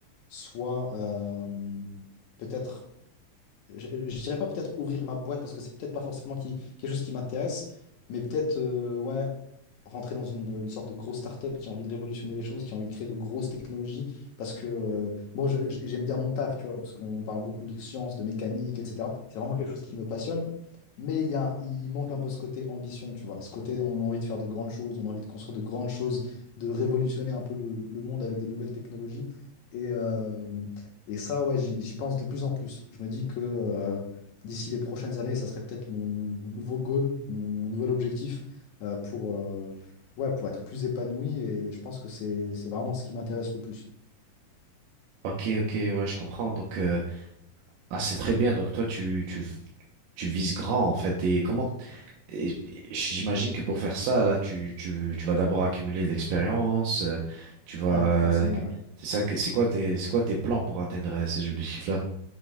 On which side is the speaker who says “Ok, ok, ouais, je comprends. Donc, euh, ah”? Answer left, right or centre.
Right